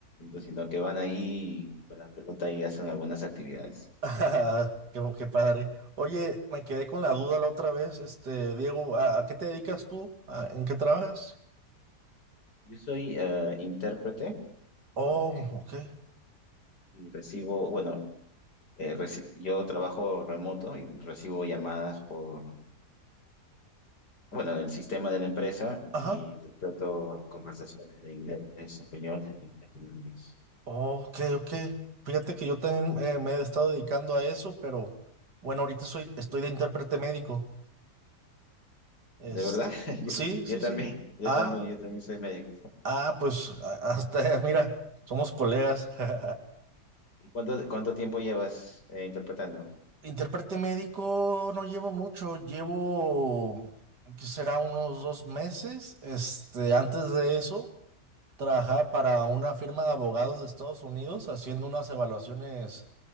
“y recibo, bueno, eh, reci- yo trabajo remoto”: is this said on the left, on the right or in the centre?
Left